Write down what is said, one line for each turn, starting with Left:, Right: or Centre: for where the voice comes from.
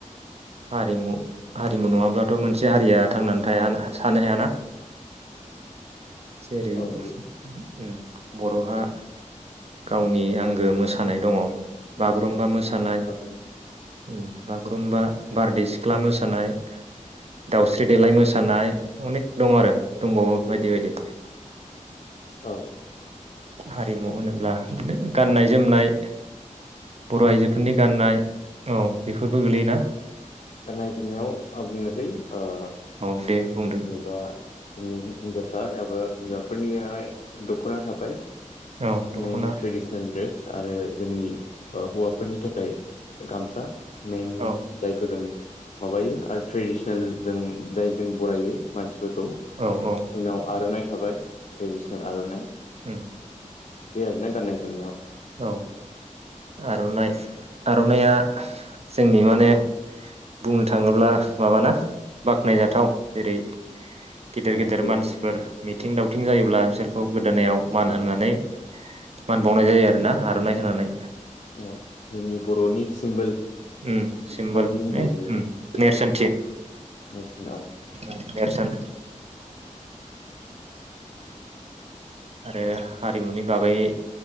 Right: हारिमु।
Left: औ
Right: हारिमु नङाब्लाथ' मोनसे हारिया थांनानै थाया थानो हायाना। जेरै
Left: औ बिदिनो
Right: उम बर'हा गावनि आंगो मोसानाय दङ। बागुरुम्बा मोसानाय।
Left: औ बागुरुम
Right: उम बागुरुम्बा। बारदै सिख्ला मोसानाय दाउस्रि देलाय मोसानाय अनेख दं आरो दंबावो बायदि बायदि।
Left: औ।
Right: हारिमु होनोब्ला दिनो गाननाय जोमनाय। बर'आइजोफोरनि गाननाय औ। बेफोरबो गोलैयोना।
Left: दा नायजोबनायाव आं बुंनोसै ओ
Right: औ दे बुंदो।
Left: जेनेबा जोंनि हि-हिनजावसा एबा बिमाफोरनियाहाय दख'ना थाबाय
Right: औ दख'ना
Left: मेन ट्रेडिसनेल ड्रेस आरो जोंनि ओ हौवाफोरनि थाखाय गामसा मेन
Right: औ
Left: जायखौ जों माबायो आरो ट्रेडिसनेल जों जाय जों बरायो मानसिफोरखौ
Right: औ औ
Left: जोंनाव आर'नाइ थाबाय ट्रेडिसनेल आर'नाइ।
Right: उम
Left: बे आरोना गाननाय जोमनायाव।
Right: औ आर'नाइ आर'नाइया जोंनि माने बुंनो थाङोब्ला माबाना बाख्नायजाथाव जेरै गिदिर
Left: औ
Right: गिदिर
Left: बिराद
Right: मानसिफोर मिथिं दावथिं जायोब्ला बिसोरखौ गोदोनायाव मान होननानै मान बावनाय जायो। ना आर'नाइ होनानै?
Left: औ जोंनि बर'नि सिम्बोल
Right: उम सिम्बल
Left: बायदि होनजायो
Right: ने उम
Left: बेखौ
Right: नेेरसोन्थि।
Left: नेसनाव
Right: <inaudible> नेरसोन आरो हारिमुनि बागै